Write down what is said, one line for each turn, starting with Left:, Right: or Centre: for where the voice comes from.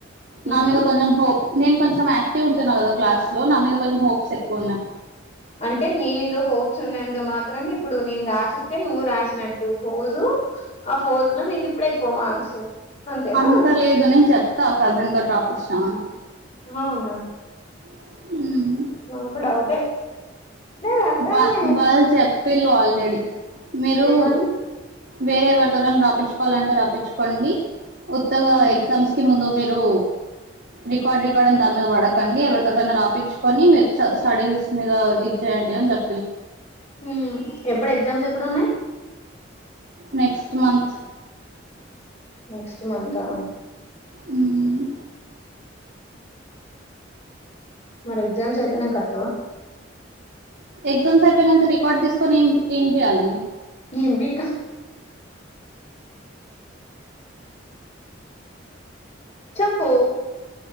Left: చేస్తున్నారు
Right: నా మీద కొంచెం హోప్ నేను కొంచెం యాక్టివ్ ఉంటున కదా క్లాస్ లో నా మీద కొంచెం హోప్స్ ఎక్కువ ఉన్నాయి
Left: అంటే నీ మీద హోప్స్ ఉన్నంత మాత్రనా ఇప్పుడు నేను రాసిస్తే నువ్ నువ్ రాసినట్టు ఫోజు ఆ ఫోజు లో నీకు ఇప్పుడు ఎక్కువ మార్క్స్ అంతేనా
Right: అంత లేదు నేను చెప్తా కజిన్ తో రాపించిన అని
Left: అవునా
Right: ఉమ్
Left: నాకు డౌటే రాసామే
Right: వా వాళ్ళు చెప్పిన్లు ఆల్రెడీ మీరు
Left: ఏమని
Right: వేరే ఎవరితో రాప్పించుకోవాలంటే రప్పించుకోండి ఉత్తగా
Left: ఉమ్
Right: ఎగ్జామ్స్ కి ముందు మీరు రికార్డ్ రికార్డ్ అని దాని మీద పడకండి ఎవరి తోటైనా రాపించుకొని మీరు స్టడీస్ మీద ఇచ్చేయండి అని చెప్
Left: ఉహుమ్ ఎప్పుడు ఎగ్జామ్స్ ఎప్పుడు ఉన్నాయి
Right: నెక్స్ట్ మంత్
Left: నెక్స్ట్ మంత్ ఆ
Right: ఉమ్
Left: మరి ఎగ్జామ్స్ అయిపోనక వత్వా
Right: ఎగ్జామ్స్ అయిపోయినాక రికార్డ్ తీసుకొని ఏం ఏం చేయాలి నేను
Left: నేను బికా చెప్పు